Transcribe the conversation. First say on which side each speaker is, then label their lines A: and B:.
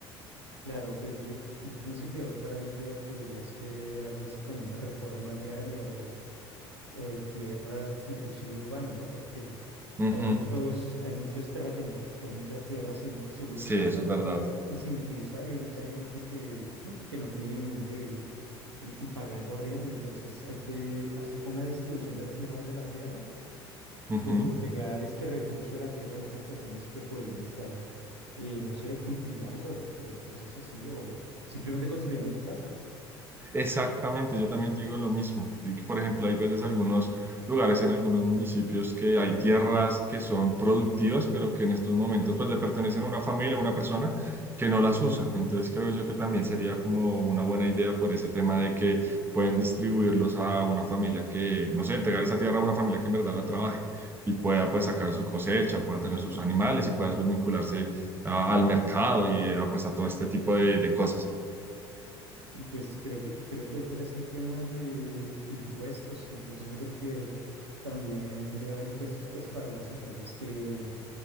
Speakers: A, on the right; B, on the right.
A: Claro, pues yo, yo pienso que otra idea podría ser algo así como una reforma agraria o o de tierras inclusive urbanas, ¿no? Porque
B: Ujú,
A: hay muchos, hay muchos terratenientes que tienen muchas tierras sin subutilizar
B: Sí, eso es verdad.
A: y sin utilizar, y hay mucha gente que, <clears throat> mm, que no tiene ni dónde vivir en- y pagando arriendo. Entonces hay que hacer como una distribución de la- mejor de la tierra y
B: Ujú.
A: pues entregar este recurso de la tierra a muchas personas que podrían estar, eh, no sé, cultivando o, o cosas así, o simplemente construyendo su casa.
B: Exactamente, yo también digo lo mismo. Sí, que, Por ejemplo, hay veces algunos lugares en algunos municipios que hay tierras que son productivas, pero que en estos momentos pues le pertenecen a una familia, a una persona que no las usa. Entonces creo yo que también sería como una buena idea por ese tema de que pueden distribuirlos a una familia que, no sé, entregar esa tierra a una familia que en verdad la trabaje y pueda pues sacar su cosecha, pueda tener sus animales y pueda pues vincularse a- al mercado y a, pues a todo este tipo de de cosas.
A: Y pues creo que, creo que otra es el tema de impuestos. Entonces yo creo que también debe haber impuestos pues para las empresas que,